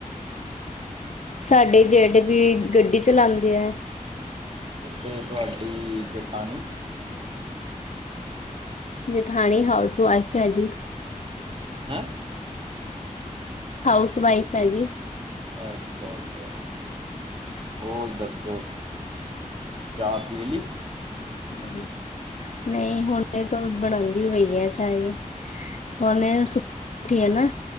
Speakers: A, on the left; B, on the right.
A: ਸਾਡੇ ਜੇਠ ਵੀ ਗੱਡੀ ਚਲਾਂਦੇ ਐ।
B: ਤੇ ਤੁਹਾਡੀ ਜਠਾਣੀ?
A: ਜਠਾਣੀ ਹਾਊਸ ਵਾਈਫ ਹੈ ਜੀ।
B: ਹੈਂ
A: ਹਾਊਸ ਵਾਈਫ ਹੈਗੀ।
B: ਅੱਛਾ-ਅੱਛਾ ਹੋਰ ਦੱਸੋ? ਕਿਆ ਰੇਲੀ।
A: ਹੂੰ। ਨਹੀ, ਹੁਣੇ ਤੋਂ ਬਣਾਦੀ ਪਈ ਆ ਚਾਅ ਔਨੇ ਉਠੀ ਆ ਨਾ,